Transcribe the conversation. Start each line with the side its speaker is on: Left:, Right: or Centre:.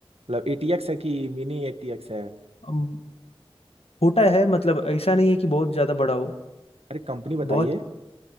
Right: मतलब एटीएक्स है कि मिनी एटीएक्स है
Left: अम, छोटा है मतलब ऐसा नहीं है कि बहुत ज्यादा बड़ा हो
Right: अरे कंपनी बताइए
Left: बहुत